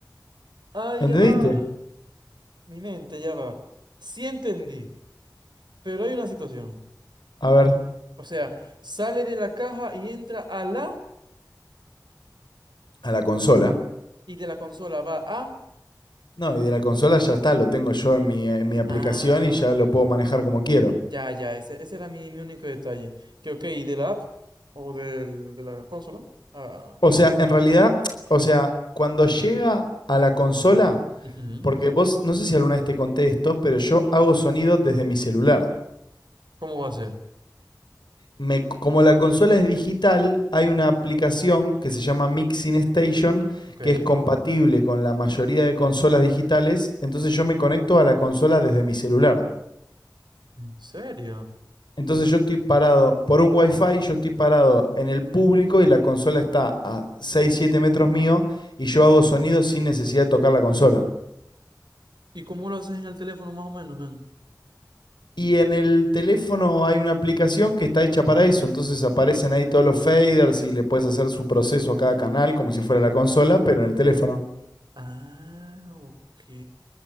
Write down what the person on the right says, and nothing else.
Ay,
ya va. Mi mente ya va. Sí entendí, pero hay una situación.
O sea, sale de la caja y entra a la
y de la consola va a...
Ah,
ya, ya, ese, ese era mi, mi único detalle. Que ok, ¿y de la app o del, de la consola? Ah,
ujú.
¿Cómo va a ser?
Ok, ¿en
serio?
¿Y cómo lo haces en el teléfono más o menos, men?
Ah, ok.